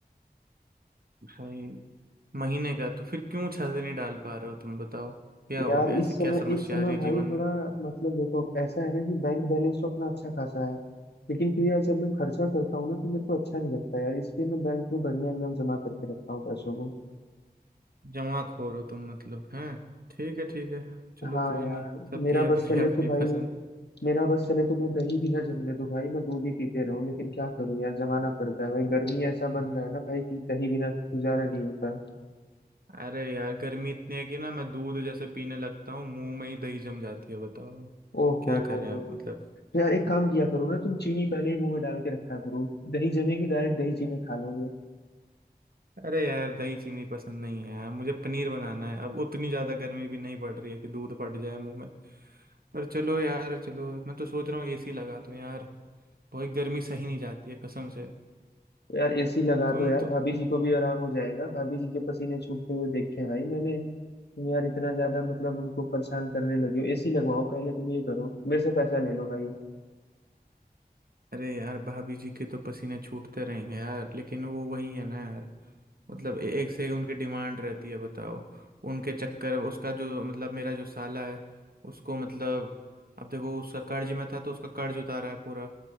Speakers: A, on the right; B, on the left.
A: भाई महीने का तो फिर क्यों छाते नहीं डाल पा रहे हो तुम बताओ क्या हो
B: यार
A: गया ऐसी
B: इस
A: क्या
B: समय
A: समस्या
B: इस समय
A: आ रही है
B: भाई
A: जीवन
B: थोड़ा
A: में
B: मतलब देखो ऐसा है ना कि बैंक बैलेंस तो अपना अच्छा खासा है लेकिन फिर यार जब मैं खर्चा करता हूँ ना तो मेरे को अच्छा नहीं लगता यार इसलिए मैं बैंक में बढ़िया एकदम जमा करके रखता हूँ पैसों को
A: जमा खोर हो तुम मतलब हैं ठीक है ठीक है चलो
B: हाँ
A: कोई
B: यार
A: नहीं सबकी
B: मेरा
A: अपनी
B: बस चले
A: <laughs> अपनी
B: तो भाई
A: पसंद
B: मेरा बस चले तो मैं दही भी ना जमने दूं भाई मैं दूध ही पीते रहूं लेकिन क्या करूं यार जमाना पड़ता है भाई गर्मी ऐसा बन रहा है ना भाई कि दही बिना गुजारा नहीं होता
A: अरे यार गर्मी इतनी है कि ना मैं दूध जैसे पीने लगता हूँ मुंह में ही दही जम जाती है बताओ
B: ओहो
A: क्या
B: हो
A: करें
B: हो।
A: अब मतलब
B: तो यार एक काम किया करो ना तुम चीनी पहले ही मुंह में डाल के रखा करो दही जमेगी डायरेक्ट दही चीनी खा लोगे
A: अरे यार दही चीनी पसंद नहीं है यार मुझे पनीर बनाना है अब उतनी ज्यादा गर्मी भी नहीं पड़ रही है कि दूध फट जाए मुंह में पर चलो यार चलो मैं तो सोच रहा हूँ एसी लगा दूं यार बहुत गर्मी सही नहीं जाती है कसम से
B: तो यार एसी लगा
A: तुम
B: दो यार
A: तो
B: भाभी जी को भी आराम हो जाएगा भाभी जी के पसीने छूटते हुए देखे हैं भाई मैंने तुम यार इतना ज्यादा मतलब उनको परेशान करने लगे हो एसी लगवाओ पहले तुम ये करो मेरे से पैसा ले लो भाई
A: अरे यार भाभी जी के तो पसीने छूटते रहेंगे यार लेकिन वो वही है ना यार मतलब ए- एक से एक उनकी डिमांड रहती है बताओ उनके चक्कर उसका जो मतलब मेरा जो साला है उसको मतलब अब देखो उसका कर्ज में था तो उसका कर्ज उतारा है पूरा